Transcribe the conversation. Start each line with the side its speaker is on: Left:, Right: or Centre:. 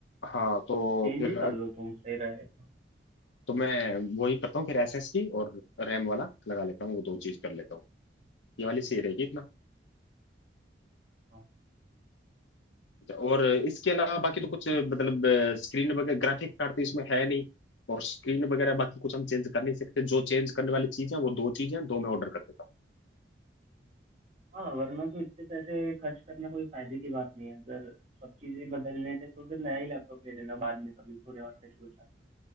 Left: हाँ तो
Right: चेंज
Left: फिर
Right: ही कर लो तुम सही रहेगा
Left: तो मैं वही करता हूँ फिर एसएसडी और रैम वाला लगा लेता हूँ वो दो चीज कर लेता हूँ ये वाली सही रहेगी इतना
Right: हाँ
Left: और इसके अलावा बाकी तो कुछ मतलब स्क्रीन वगैरह ग्राफिक कार्ड तो इसमें है नहीं और स्क्रीन वगैरह बाकी कुछ हम चेंज कर नहीं सकते जो चेंज करने वाली चीज है वो दो चीजें हैं दो मैं ऑर्डर कर देता हूँ
Right: हाँ वरना तो इतने पैसे खर्च करना कोई फायदे की बात नहीं है अगर सब चीजें बदलने थे तो फिर नया ही लैपटॉप ले लेना बाद में कभी थोड़े और पैसे बचा के